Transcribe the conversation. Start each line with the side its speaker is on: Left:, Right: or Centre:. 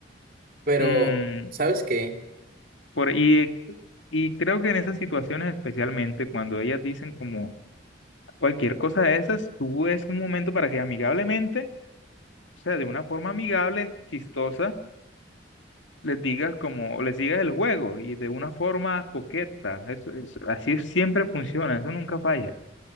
Right: Pero,
Left: Mm,
Right: ¿sabes qué?
Left: Por, y, y creo que en esas situaciones, especialmente cuando ellas dicen como cualquier cosa de esas, tú es un momento para que amigablemente, o sea, de una forma amigable, chistosa, les digas como, les digas el juego y de una forma coqueta. Eso, eso- así siempre funciona, eso nunca falla.